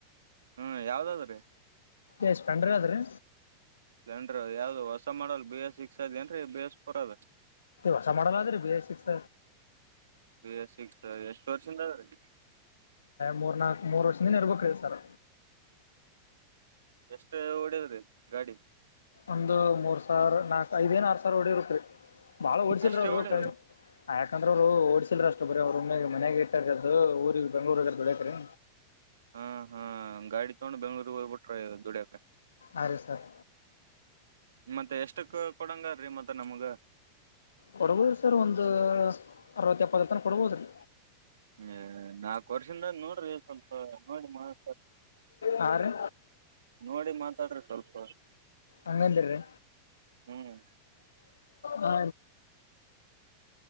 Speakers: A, on the right; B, on the left.
A: ಹ್ಮ್ ಯಾವ್ದಾದ್ರೀ?
B: ಎ ಸ್ಪೆಂಡ್ರ ಅದ್ರೀ
A: ಸ್ಪೀಡೆರ್ ಯಾವ್ದ್ ಹೊಸ ಮಾಡಲ್ ಬಿ ಎಸ್ ಸಿಕ್ ಅದ ಏದ್ರಿ ಬಿಸ್ಫೋರ್ ಅದ
B: ಹೊಸ ಮಾಡಲ್ಲಾದ್ರೀ ಬಿ ಎಸ್ ಐ ಸಿಕ್ಸ್
A: ಪ ಎಸ್ ಸಿಕ್ಸ್ ಎಷ್ಟು ವರ್ಷಿಂದ ಆದ್ರಿ
B: ಮೂರ್ ನಾಲ್ಕ್ ಮೂರು ವರ್ಷದಿಂದ ಇರ್ಬೇಕ ರಿ ಸರ್
A: ಎಷ್ಟ ಹೊಡದ್ರೀ ಗಾಡಿ
B: ಒಂದು ಮೂರ್ ಸಾವಿರ ನಾಕ್ ಐದ ಏನ್ ಆರ್ ಸಾವರ ಹೊಡಿರ್ಬೇಕ್ರಿ ಬಾಳ ಹೊಡಸಲ್ರ
A: ಅಷ್ಟೇ
B: ಅವರು
A: ಹೊಡಿ
B: ಕ ಯಾಕಂದ್ರ ಅವ್ರು ಓಡಸಲ್ರಿ ಅಷ್ಟ ಬರಿ ಅವ್ರುಮ್ಮೆ ಮಾನ್ಯಾಗ ಇಟ್ಟಕದದು ಊರಿಗೆ ಬೆಂಗ್ಳೂರ್ಗಾದರ ದುಡಿಯಕ್ರೀ
A: ಹಾ ಹಾ ಗಾಡಿ ತೊಗೊಂಡು ಬೆಂಗ್ಳೂರಿಗಗ್ ಹೋಗ್ಬಿಟ್ರೆ ದುಡಿಯಕ
B: ಅ ರಿ ಸರ್
A: ಮತ್ತೆ ಎಷ್ಟಕ್ ಕೊಡಂಗಾದರ್ರೀ ಮತ್ತೆ ನಮಗ
B: ಕೊಡ್ಬೋದ್ರಿ ಸರ್ ಒಂದ್ ಅರವತ್ತ ಎಪ್ಪತ್ತರ ತನ ಕೊಡ್ಬೋದ್ರಿ
A: ಹೇ ನಾಲ್ಕು ವರ್ಷದ ನೋಡ್ರಿ ಸ್ವಲ್ಪ ನೋಡಿ ಮಾಡ
B: ಹಾರೀ
A: ನೋಡಿ ಮಾತಾಡ್ರಿ ಸ್ವಲ್ಪ
B: ಹಂಗಂತರಿ
A: ಹ್ಮ್
B: ಹಾ